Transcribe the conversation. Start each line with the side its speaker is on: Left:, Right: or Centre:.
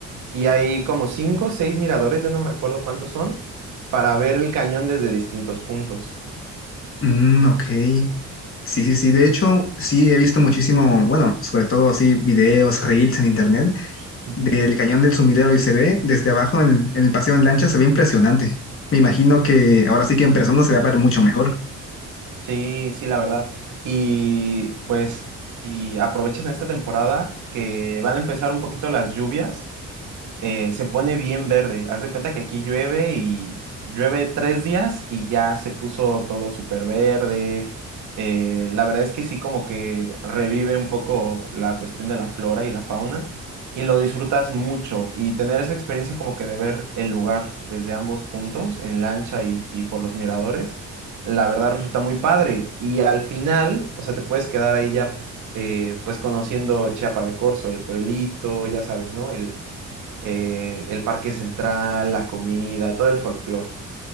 Right: y hay como cinco o seis miradores, ya no me recuerdo cuántos son, para ver el cañón desde distintos puntos.
Left: Mm, ok. Sí, sí, sí. De hecho, sí he visto muchísimo, bueno, sobre todo así videos, reels en internet
Right: Ujú.
Left: del Cañón del Sumidero y se ve desde abajo en el, en el paseo en lancha, se ve impresionante. Me imagino que ahora sí que en persona se va a ver mucho mejor.
Right: Sí, sí, la verdad. Y pues, y aprovechas en esta temporada que van a empezar un poquito las lluvias. eh, se pone bien verde. Haz de cuenta que aquí llueve y llueve tres días y ya se puso todo súper verde. Eh, la verdad es que sí, como que revive un poco la cuestión de la flora y la fauna y lo disfrutas mucho. Y tener esa experiencia como que de ver el lugar desde ambos puntos, en lancha y, y por los miradores, la verdad resulta muy padre. Y al final, o sea, te puedes quedar ahí ya. eh, pues conociendo Chiapa de Corzo, el pueblito, ya sabes, ¿no? El, eh, el parque central, la comida, todo el folclore.